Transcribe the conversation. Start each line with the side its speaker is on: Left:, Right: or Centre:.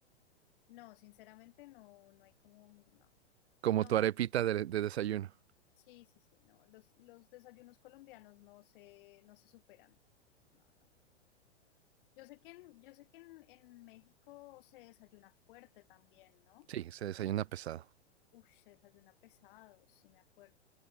Left: no, sinceramente no, no hay como, no.
Right: Como
Left: No,
Right: tu
Left: no.
Right: arepita de, de desayuno.
Left: Sí, sí, sí, no. Los, los desayunos colombianos no se, no se superan. No, no, no. Yo sé que en, yo sé que en, en México se desayuna fuerte también, ¿no?
Right: Sí, se desayuna pesado.
Left: Uf, se desayuna pesado, sí me acuerdo.